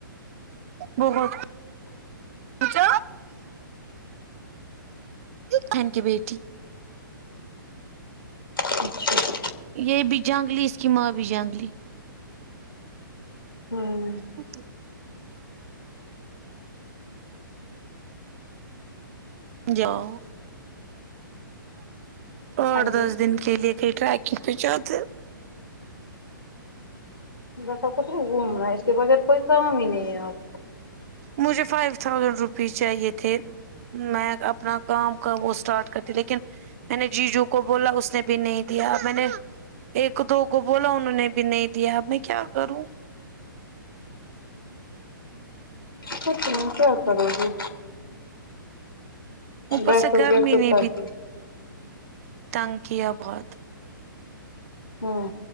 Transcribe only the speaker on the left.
اچھا
ہوں
ہاں جی
بس آپ کو صرف گھومنا ہے اس کے بغیر کوئی کام ہی نہیں ہے آپ
کچھ نہیں کیا کرو گی
بیٹھے
اور
جو چپ
کرتی
ہوں